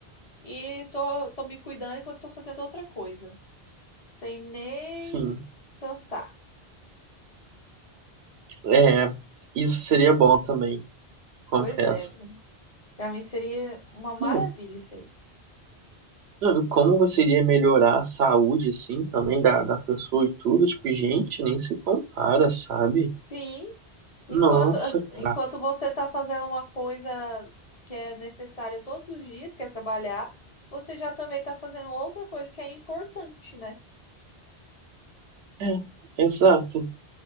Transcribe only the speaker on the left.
e tô, tô me cuidando enquanto estou fazendo outra coisa, sem nem
cansar.
Pois é, Bruno. Pra mim seria uma maravilha
isso aí.
Sim, enquanto,
enquanto
você está fazendo uma coisa que é necessária todos os dias, que é trabalhar, você já também está fazendo outra coisa que é importante, né?